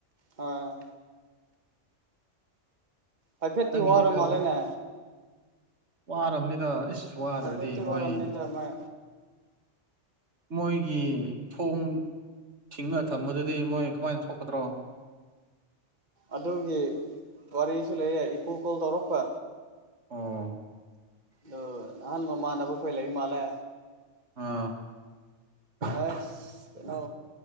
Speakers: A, on the right (about 40°); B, on the right (about 70°).
A: ꯑ ꯍꯥꯏꯐꯦꯠꯇꯤ
B: ꯅꯪꯒꯤꯁꯤ
A: ꯋꯥꯔ
B: ꯀꯩꯗꯧꯕ
A: ꯃꯥꯜꯂꯦꯅꯦ
B: ꯋꯥꯔꯕꯅꯤꯗ ꯏꯁꯁ ꯋꯥꯗ꯭ꯔꯗꯤ
A: ꯍꯥꯏꯐꯦꯠꯇꯤ
B: ꯃꯣꯏ
A: ꯋꯥꯔꯝꯅꯤꯗ ꯃꯣꯏ
B: ꯃꯣꯏꯒꯤ ꯊꯣꯡ ꯁꯤꯡꯅ ꯊꯝꯕꯗꯨꯗꯤ ꯃꯣꯏ ꯀꯃꯥꯏꯅ ꯊꯣꯛꯀꯗ꯭ꯔꯣ
A: ꯑꯗꯨꯒꯤ ꯋꯥꯔꯤꯁꯨ ꯂꯩꯌꯦꯦ ꯏꯄꯨ ꯀꯣꯜ ꯇꯧꯔꯛꯄ
B: ꯑꯥ
A: ꯑꯗꯣ ꯅꯍꯥꯟ ꯃꯃꯥꯟꯅꯕ ꯍꯣꯏꯂꯛ ꯏ ꯃꯥꯥꯜꯂꯦ
B: ꯑꯥ
A: ꯣꯁꯩꯅꯣ